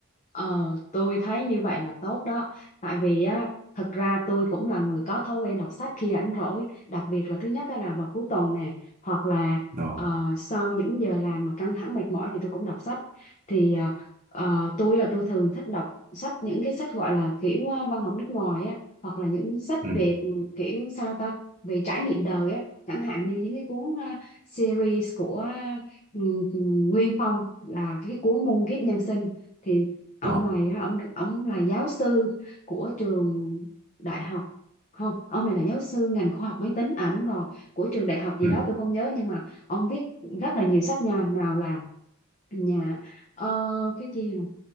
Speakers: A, on the left (about 35°); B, on the right (about 40°).
A: Ờ, tôi thấy như vậy là tốt đó. Tại vì á, thật ra tôi cũng là người có thói quen đọc sách khi rảnh rỗi. Đặc biệt là thứ nhất á là vào cuối tuần nè, hoặc là
B: ờ
A: ờ, sau những giờ làm mà căng thẳng mệt mỏi thì tôi cũng đọc sách. Thì ờ, ờ, tôi là tôi thường thích đọc sách những cái sách gọi là kiểu ờ, văn học nước ngoài á, hoặc là những sách
B: ừ
A: về ừ, kiểu sao ta về trải nghiệm đời á. Chẳng hạn như những cái cuốn ờ, series của ờ, ừ, Nguyên Phong là cái cuốn Muôn kiếp nhân sinh thì ông
B: ờ
A: này á, ông ông là giáo sư của trường đại học không ông này là giáo sư ngành khoa học máy tính à đúng rồi của trường đại học gì
B: ừ
A: đó tôi không nhớ nhưng mà ông viết rất là nhiều sách nha nào là nhà ờ, cái gì mà-